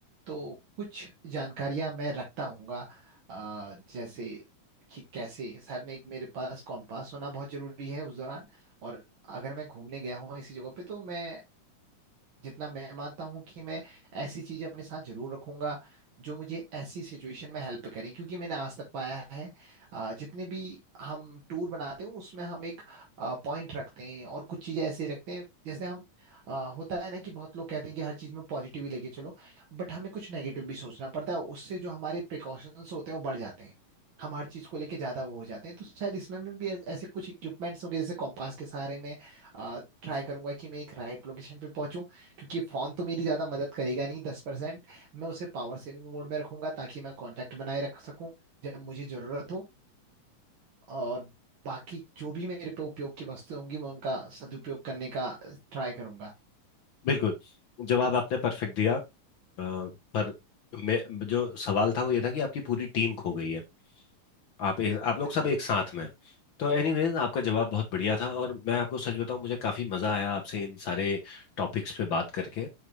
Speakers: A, on the right; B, on the left.
A: तो कुछ जानकारियां मैं रखता हूँगा अ, जैसे कि कैसे शायद मैं एक मेरे पास कॉम्पास होना बहुत जरूरी है उस दौरान और अगर मैं घूमने गया हूँ इसी जगह पे तो मैं जितना मैं मानता हूँ कि मैं ऐसी चीजें अपने साथ जरूर रखूंगा जो मुझे ऐसी सिचुएशन में हेल्प करें क्योंकि मैंने आज तक पाया है अ, जितने भी हम टूर बनाते हैं उसमें हम एक पॉइंट रखते हैं और कुछ चीजें ऐसे रखते हैं जैसे हम अ, होता है ना कि बहुत लोग कहते हैं कि हर चीज में पॉजिटिव ही लेके चलो बट हमें कुछ नेगेटिव भी सोचना पड़ता है उससे जो हमारे प्रिकॉशंस होते हैं वो बढ़ जाते हैं हम हर चीज को लेके ज्यादा वो हो जाते हैं तो शायद इसमें में भी ऐ- ऐसे कुछ इक्विपमेंट्स होंगे जैसे कॉम्पास के सहारे में ट्राई करूंगा कि मैं एक राइट लोकेशन पे पहुंचूं क्योंकि फोन तो मेरी ज्यादा मदद करेगा नहीं दस परसेंट मैं उसे पावर सेविंग मोड में रखूंगा ताकि मैं कांटेक्ट बनाए रख सकूं जब मुझे जरूरत हो और बाकी जो भी मेरे पे उपयोग की वस्तुएं होंगी मैं उनका सदुपयोग करने का ट्राई करूंगा
B: बिल्कुल जवाब आपने परफेक्ट दिया अ, पर मैं जो सवाल था वो ये था कि आपकी पूरी टीम खो गई है आप एक, आप लोग
A: अच्छा
B: सब एक साथ में हैं। तो एनीवेज आपका जवाब बहुत बढ़िया था और मैं आपको सच बताऊं मुझे काफी मजा आया आपसे इन सारे टॉपिक्स पे बात करके